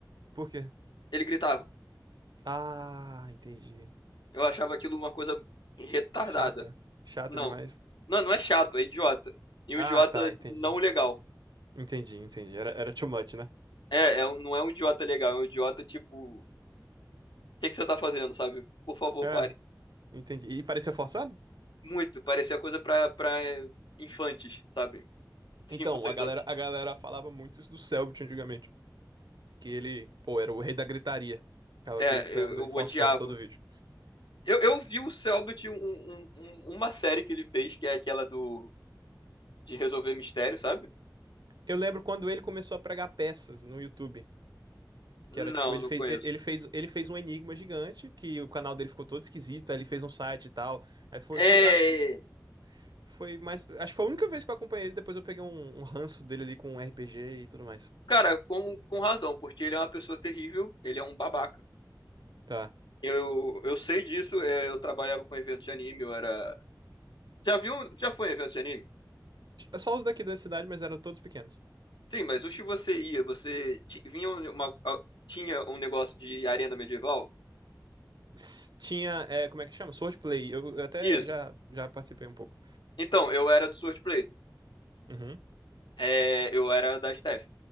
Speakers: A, on the right; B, on the left.
A: Por quê?
B: Ele gritava.
A: Ah, entendi.
B: Eu achava aquilo uma coisa retardada.
A: Chata. Chata
B: Não.
A: demais.
B: Não, não é chato, é idiota. E
A: Ah,
B: um idiota
A: tá, entendi.
B: não legal.
A: Entendi, entendi. Era, era too much, né?
B: É, é, um- não é um idiota legal, é um idiota tipo. que, que você tá fazendo, sabe? Por favor,
A: É,
B: pare.
A: entendi. E parecia forçado?
B: Muito, parecia coisa pra, pra eh, infantes, sabe? Cinco,
A: Então,
B: seis
A: a galera,
B: anos.
A: a galera falava muito isso do Selbit antigamente. Que ele, pô, era o rei da gritaria. Ficava
B: É,
A: gritando
B: eu, eu
A: e forçando
B: odiava.
A: todo o vídeo.
B: Eu, eu vi o Cellbit, um, um- um- um, uma série que ele fez, que é aquela do de resolver mistério, sabe?
A: Eu lembro quando ele começou a pregar peças no YouTube.
B: Não,
A: Que era tipo, ele
B: não
A: fez,
B: conheço.
A: e- ele fez, ele fez um enigma gigante, que o canal dele ficou todo esquisito, aí ele fez um site e tal. Aí foi,
B: É,
A: foi, acho que foi mais, acho que foi a única vez que eu acompanhei ele, depois eu peguei um, um ranço dele ali com RPG e tudo mais.
B: cara, com, com razão, porque ele é uma pessoa terrível, ele é um babaca.
A: Tá.
B: Eu, eu sei disso, é, eu trabalhava com eventos de anime, eu era... Já viu, já foi em eventos de anime?
A: Só os daqui da cidade, mas eram todos pequenos.
B: Sim, mas o que você ia, você ti- vinha um, uma, a- tinha um negócio de arena medieval?
A: S- Tinha, é, como é que chama? Swordplay. Eu, eu até
B: Isso.
A: já, já participei um pouco.
B: Então, eu era do Swordplay.
A: Uhum.
B: É, eu era da Steph.